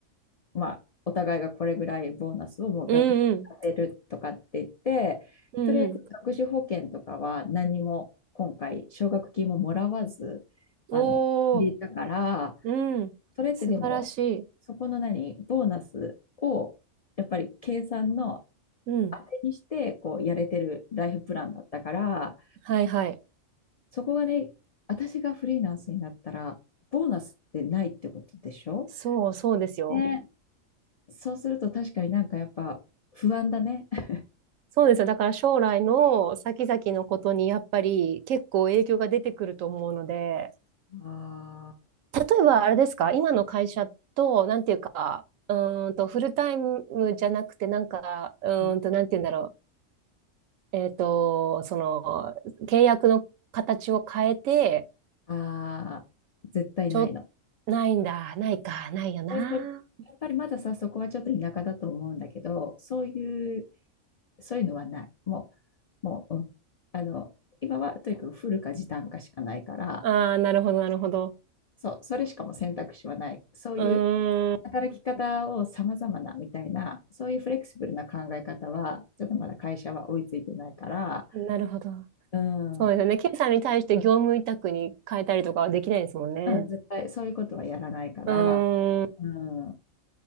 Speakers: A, on the left (about 65°); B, on the right (about 80°).
A: まあ、お互いがこれぐらいボーナスをもう学費に当てるとかって言って、
B: うんうんうんうん。
A: とりあえず学資保険とかは何にも今回奨学金ももらわず、
B: おー、
A: あの、入れたから、
B: うん。
A: それってでも、
B: 素晴らしい。
A: そこの何、ボーナスを、やっぱり計算の
B: うん。
A: 当てにして、こう、やれてるライフプランだったから、
B: はいはい。
A: そこがね、私がフリーランスになったら、ボーナスってないってことでしょ
B: そうそうですよ。
A: ね。そうすると確かになんかやっぱ不安だね。<laughs>
B: そうですよ。だから将来の先々のことにやっぱり結構影響が出てくると思うので。
A: あ
B: 例えばあれですか、今の会社と、なんていうか、うーんと、フルタイムじゃなくて、なんか、うーんと、
A: ー
B: なんていうんだろう、えっと、その、契約の形を変えて、
A: あー、あ絶対ないの。
B: ちょ、ないんだ、ないか、ないよな。
A: そういうことやっぱりまださ、そこはちょっと田舎だと思うんだけど、そういうそういうのはない。もう、もう、うん。あの、今はとにかくフルか時短かしかないから、
B: ああ、なるほど、なるほど。
A: そう、それしかも選択肢はない。そういう
B: うーん、
A: 働き方を様々なみたいな、そういうフレキシブルな考え方は、ちょっとまだ会社は追いついてないから、
B: なるほど。
A: うん、
B: そうですよね。ケイさんに対して業務委託に変えたりとかはできないですもんね。
A: うん、絶対そういうことはやらないから、
B: うーん、
A: うん、う